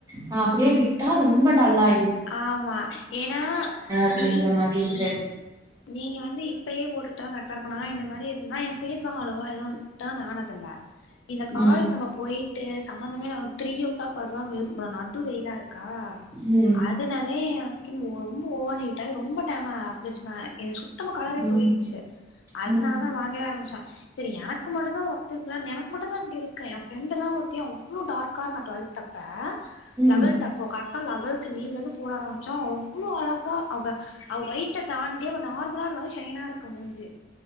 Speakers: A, on the right (about 20°); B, on the left (about 70°).
A: நா அப்டியே விட்டா ரொம்ப டல்லாய்
B: ஆம்மா ஏன்னா
A: அப்படிங்கிற
B: நீங்
A: மாதிரி இருக்கு
B: நீ நீங்க வந்து இப்பயே போட்டுக்கிட்டாதா கரெட்டா இருக்கு நா இந்த மாரி இருந்தா ஏ ஃபேஸ்லா அவ்ளவா எது டேர்ன் ஆனதில்ல இந்த காலேஜ்
A: ம்
B: நம்ம போயிட்டு சம்மந்தமே இல்லாத த்ரீ ஓ கிளாக் வருதுலா வெறு நடு வெய்லா இருக் கா
A: ம்
B: அதனாலே ஏ ஸ்கின் ஓ ரொம்ப ஓவர் ஹீட்டாயி ரொம்ப டேனாக வந்துச்சுன்னா ஏ சு சுத்தமா கலரே
A: ம்
B: போயிடுச்சு அதனால
A: ம்
B: தா வாங்கவே ஆரமிச்சே செரி எனக்கு மட்டுந்தா ஒத்துக்கிலன் எனக் மட்டுந் தா அப்டி இருக்க ஏ ஃப்ரெண்டெல்லா ஒர் தி அவ் வ்ளோ டார்கா இருந்தா டுவெல்த் அப்ப லெவல்த்
A: ம்
B: அப்போ கரெக் டா லவல் து லீவ்லனு போட ஆரம்பிச்சா அவ்வுளோ அழகா அவ அவ ஒயிட்ட தாண்டி அவ நார்ம்லா இருந்தாலே ஷைனா இருக்க மூஞ்சி